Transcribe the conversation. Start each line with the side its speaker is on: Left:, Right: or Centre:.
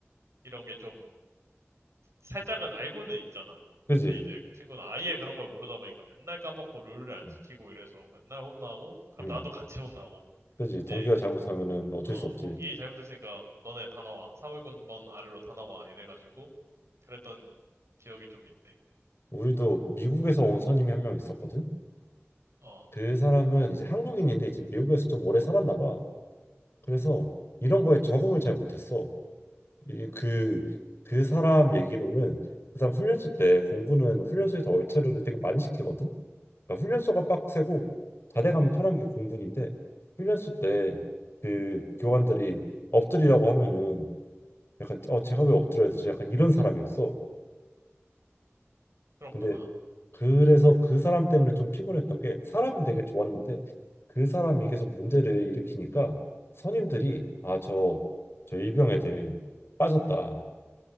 Right: 이런 게좀 살짝은 알고는 있잖아?
Left: 그지.
Right: 근데 이제 그 친구는 아예 그런 걸 모르다 보니까 맨날 까먹고 룰을 안
Left: 응,
Right: 지키고 이래서 맨날 혼나고, 그럼
Left: 응.
Right: 나도 같이 혼나고.
Left: 그지.
Right: 이제,
Left: 동기가 잘못하면은 어쩔
Right: 어,
Left: 수 없지.
Right: 동기 잘못했으니까 너네 다 나와. 사월군번 아래로 다 나와. 이래가지고, 그랬던 기억이 좀 있네.
Left: 우리도 미국에서 온 선임이 한 명 있었거든.
Right: 어,
Left: 그 사람은 이제 한국인인데 이제 미국에서 좀 오래 살았나 봐. 그래서 이런 거에 적응을 잘 못했어. 이 그 그 사람 얘기로는 그 사람 훈련소 때 공군은 훈련소에서 얼차려를 되게 많이 시키거든. 그러니까 훈련소가 빡세고 자대 가면 편한 게 공군인데 훈련소 때 그 교관들이 엎드리라고 하면은 약간 어 제가 왜 엎드려야 되지? 약간 이런 사람이었어.
Right: 그렇구나.
Left: 근데 그래서 그 사람 때문에 좀 피곤했던 게 사람은 되게 좋았는데 그 사람이 계속 문제를 일으키니까 선임들이 아, 저, 저 일병 애들 빠졌다.